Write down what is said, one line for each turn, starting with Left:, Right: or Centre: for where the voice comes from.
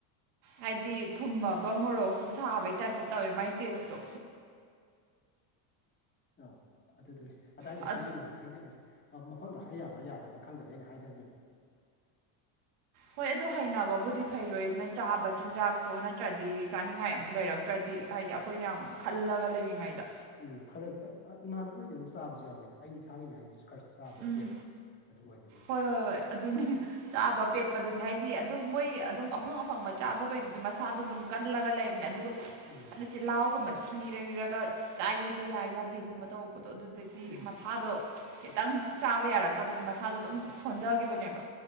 Right: ꯍꯥꯏꯗꯤ ꯊꯨꯝꯃꯒ ꯃꯣꯔꯣꯛꯁꯨ ꯁꯥꯕꯩ ꯇꯥꯏꯞꯇ ꯇꯧꯋꯦ ꯃꯥꯏ ꯇꯦꯁꯇꯣ
Left: ꯑꯧ ꯑꯗꯨꯗꯨꯅꯦ ꯑꯗꯥꯏ‌
Right: ꯑ-
Left: ꯃꯐꯝꯗꯨꯅꯦꯕ ꯑꯩꯅ ꯎꯤꯁ ꯃꯥ ꯃꯐꯝꯗꯣ ꯍꯥꯏ ꯌꯥꯕ꯭ꯔꯥ ꯌꯥꯗꯕ꯭ꯔꯥ ꯈꯪꯗꯕ꯭ꯔ ꯑꯩꯅ ꯍꯥꯏꯗꯕꯅꯦꯕ
Right: ꯍꯣꯏ ꯑꯗꯣ ꯍꯩꯅꯕꯕꯨꯗꯤ ꯐꯩ ꯂꯣꯏꯅ ꯆꯥꯕ ꯆꯤꯟꯖꯥꯛꯇꯣ ꯅꯠꯇ꯭ꯔꯗꯤ ꯆꯥꯅꯤꯡꯉꯥꯏ ꯑꯃꯨꯛ ꯂꯩꯔꯛ ꯅꯠꯇ꯭ꯔꯗꯤ ꯍꯥꯏꯗꯤ ꯑꯈꯣꯏꯅ ꯌꯥꯝ ꯈꯜꯂꯒ ꯂꯩꯔꯤꯉꯩꯗ
Left: ꯎꯝ ꯈꯔꯖ ꯑꯩ ꯑ ꯏꯃꯥꯟꯅꯕ ꯍꯣꯏꯗꯤ ꯑꯗꯨꯝ ꯆꯥꯕꯖꯨ ꯌꯥꯎꯋꯤꯗ ꯑꯩ ꯏꯁꯥꯒꯤꯅ ꯑꯩꯁꯤꯁꯨ ꯈꯔ ꯆꯥꯕꯗ
Right: ꯎꯝ
Left: ꯄꯦꯠꯄ ꯑꯗꯨ ꯑꯣꯏꯕꯅꯤ
Right: ꯍꯣꯏ ꯍꯣꯏ ꯑꯣꯏ ꯑꯗꯨꯅꯤ ꯆꯥꯕ ꯄꯦꯠꯄꯗꯨꯅꯤ ꯍꯥꯏꯗꯤ ꯑꯗꯨ ꯃꯣꯏ ꯑꯗꯨꯝ ꯑꯐꯪ ꯑꯐꯪꯕ ꯆꯥꯕꯈꯩꯗꯨꯗꯤ ꯃꯁꯥꯗꯣ ꯑꯗꯨꯝ ꯀꯜꯂꯒ ꯂꯩꯕꯅꯦ ꯑꯗꯨꯒ
Left: ꯎꯝ
Right: ꯆꯤꯜꯍꯥꯎꯒꯨꯝꯕ ꯊꯤꯔꯒ ꯆꯥꯏꯕ ꯌꯥꯏ ꯌꯥꯗꯦꯒꯨꯝꯕ ꯇꯧꯕꯗꯣ ꯑꯗꯨꯗꯗꯤ
Left: ꯎꯝ
Right: ꯃꯁꯥꯗꯣ ꯈꯤꯇꯪ ꯆꯥꯕ ꯌꯥꯔꯛꯇꯕꯗ ꯃꯁꯥꯗꯣ ꯑꯗꯨꯝ ꯁꯣꯟꯊꯈꯤꯕꯅꯦꯕ